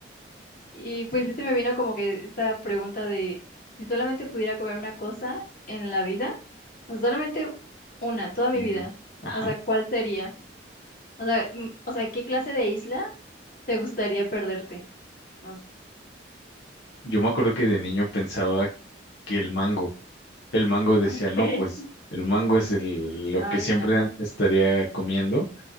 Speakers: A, on the left; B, on the left.
A: y pues sí se me vino como que esta pregunta de si solamente pudiera comer una cosa en la vida, o solamente una, toda mi
B: Una.
A: vida,
B: Ajá.
A: o sea, ¿cuál sería? O sea, mm, o sea, ¿qué clase de isla? te gustaría perderte. O s-
B: Yo me acuerdo que de niño pensaba que el mango, el mango decía,
A: <laughs> Ok.
B: no, pues el mango es el, lo
A: Ay,
B: que siempre
A: no.
B: an- estaría comiendo,